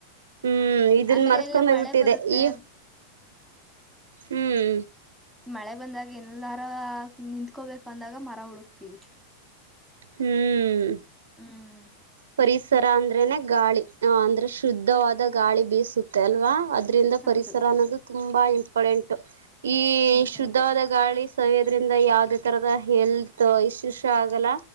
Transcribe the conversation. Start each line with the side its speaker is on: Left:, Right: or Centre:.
Right: ಹ್ಮ್ ಇದನ್
Centre: ಆಮೇಲೆ
Right: ಮರ್ಸ್ಕೊಂಡೋಗ್ಬಿಟ್ಟಿದೆ
Centre: ಎಲ್ಲ ಮಳೆ ಬರುತ್ತೆ
Right: ಈ ಹ್ಮ್
Centre: ಮಳೆ ಬಂದಾಗ ಎಲ್ಲಾರ ನಿಂಕೋಬೇಕು ಅಂದಾಗ ಮರ ಹುಡುಕ್ತಿವಿ
Right: ಹ್ಮ್
Centre: ಹ್ಮ್
Right: ಪರಿಸರ ಅಂದ್ರೇನೆ ಗಾಳಿ ಅಂದ್ರೆ ಶುದ್ಧವಾದ ಗಾಳಿ ಬೀಸುತ್ತೆ ಅಲ್ವಾ ಅದ್ರಿಂದ ಪರಿಸರ
Centre: ಹೌದು
Right: ಅನ್ನೋದು ತುಂಬಾ ಎಂಟು ಈ ಶುದ್ಧವಾದ
Centre: ಹೌದೌದು
Right: ಗಾಳಿ ಸವ್ಯೋದ್ರಿಂದ ಯಾವವುದೇ ತರದ ಹೆಲ್ತ್ ಇಶ್ಯೂಸ್ ಆಗಲ್ಲ